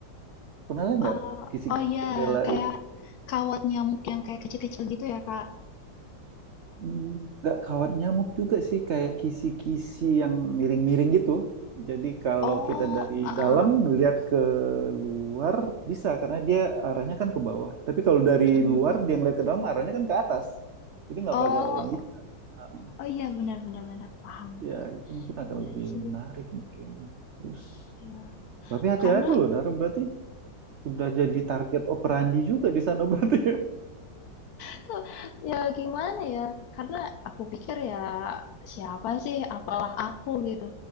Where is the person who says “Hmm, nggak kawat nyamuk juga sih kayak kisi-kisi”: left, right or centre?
Right